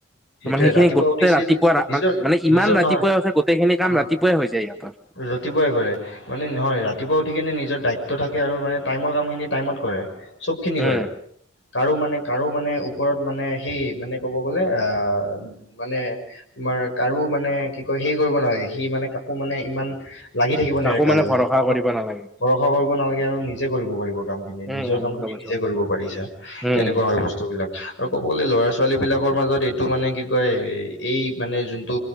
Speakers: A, on the left; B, in the centre.
A: সেইটোয়ে
B: মানে সেইখিনি
A: ৰাতিপুৱা
B: গোটেই
A: উঠিছিল
B: ৰাতিপুৱা
A: নিজৰ
B: মানে ইমান
A: নিজৰ
B: ৰাতিপুৱাই
A: নহয়
B: উঠে গোটেইখিনি কাম
A: অ
B: ৰাতিপুৱাই হৈ যায় ইহতৰ
A: ৰাতিপুৱাই কৰে মানে নহয় ৰাতিপুৱা উঠি কিনে নিজৰ দায়িত্ব থাকে আৰু মানে টাইমৰ কাম খিনি টাইমত কৰে চবখিনি
B: উম
A: কৰে কাৰো মানে কাৰো মানে ওপৰত মানে সেই মানে ক'ব গ'লে আহ মানে মাৰ কাৰো মানে কি কয় সেই কৰিব নালাগে সি মানে কাকো মানে ইমান লাগি থাকিব নে
B: কাকো
A: কাৰ
B: মানে
A: লগত
B: ভৰসা
A: কাৰণ
B: কৰিব নালাগে
A: ভৰষা কৰিব নালাগে আৰু নিজে কৰিব পাৰিব
B: উম
A: নিজৰ
B: উম
A: কাম খিনি
B: গম পাইছো
A: নিজে কৰিব পাৰিছা
B: উম
A: তেনেকুৱা হয় বস্তু বিলাক আৰু সকলো ল'ৰা ছোৱালীবিলাকৰ মাজত এইটো মানে কি কয় এই মানে যোনটো